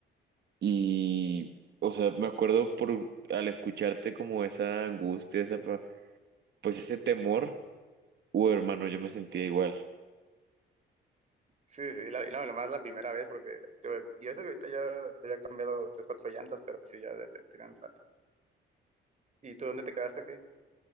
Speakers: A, on the right (about 60°); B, on the right (about 35°).
A: y, o sea, me acuerdo por al escucharte como esa angustia, esa, fa- pues ese temor, uh, hermano, yo me sentía igual.
B: Sí, sí, la, y no, nomás la primera vez, porque yo, y eso que ahorita ya, ya he cambiado tres, cuatro llantas, pero sí, ya de- te tiran rato. ¿Y tú dónde te quedaste, qué?